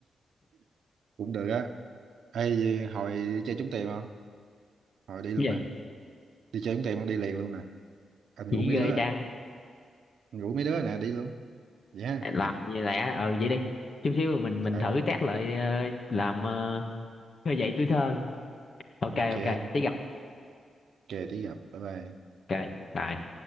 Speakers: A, on the right; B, on the left.
A: cũng được á ê gì, hồi đi chơi trúng tiền không hồi đi luôn
B: cái gì
A: nè đi chơi trúng tiền không đi liền luôn nè anh
B: chỉ
A: ngủ mấy
B: ghê
A: đứa rồi
B: cha
A: anh ngủ mấy đứa rồi nè đi luôn vậy ha
B: làm gì lẹ ờ vậy đi chút xíu mình mình
A: Ờ,
B: thử test lại ờ, làm ờ, khơi dậy tuổi thơ ok
A: ok
B: ok tí gặp
A: ok tí gặp bye bye
B: ok bye